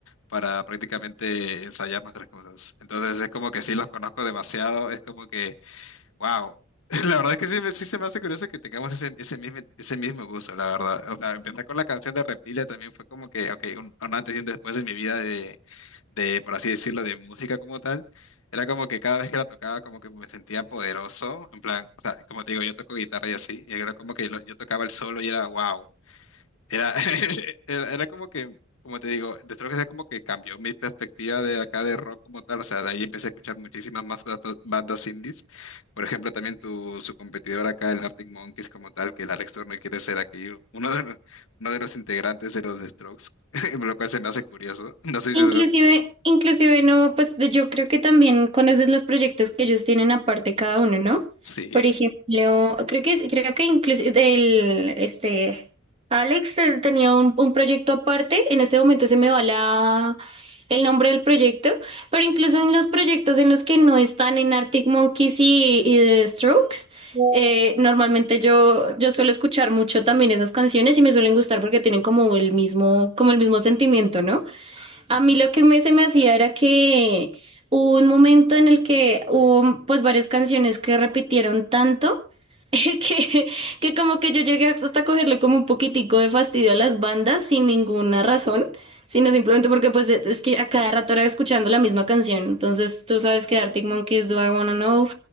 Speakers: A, on the left; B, on the right.
A: para prácticamente ensayar nuestras cosas. Entonces es como que sí los conozco demasiado, es como que Wow. <laughs> La verdad es que sí, me- sí se me hace curioso que tengamos ese, ese mismo, ese mismo gusto, la verdad. O sea, empezar con la canción de Reptilia también fue como que, ok, un, un antes y un después en mi vida de, de, por así decirlo, de música como tal. Era como que cada vez que la tocaba, como que me sentía poderoso. En plan, o sea, como te digo, yo toco guitarra y así. Y era como que lo- yo tocaba el solo y era wow. Era, <laughs> era, era como que, como te digo, de que sea como que cambió mi perspectiva de acá de rock como tal. O sea, de ahí empecé a escuchar muchísimas más bandas, bandas indies. Por ejemplo, también tu, su competidor acá, el Arctic Monkeys como tal, que el Alex Turner quiere ser aquí uno de los, uno de los integrantes de los The Strokes, <laughs> lo cual se me hace curioso. No sé
B: Inclusive,
A: si...
B: inclusive no, pues de- yo creo que también conoces los proyectos que ellos tienen aparte cada uno, ¿no?
A: Sí.
B: Por ejemplo, creo que es- creo que incluso el este Alex eh, tenía un, un proyecto aparte, en este momento se me va la el nombre del proyecto, pero incluso en los proyectos en los que no están en Arctic Monkeys y, y The Strokes, eh, normalmente yo, yo suelo escuchar mucho también esas canciones y me suelen gustar porque tienen como el mismo, como el mismo sentimiento, ¿no? A
A: Ujú.
B: mí lo que me, se me hacía era que hubo un momento en el que hubo pues varias canciones que repitieron tanto <laughs> que, que como que yo llegué hasta cogerle como un poquitico de fastidio a las bandas sin ninguna razón, sino simplemente porque pues e, es que a cada rato era escuchando la misma canción. Entonces tú sabes que Arctic Monkeys, Do I Wanna Know?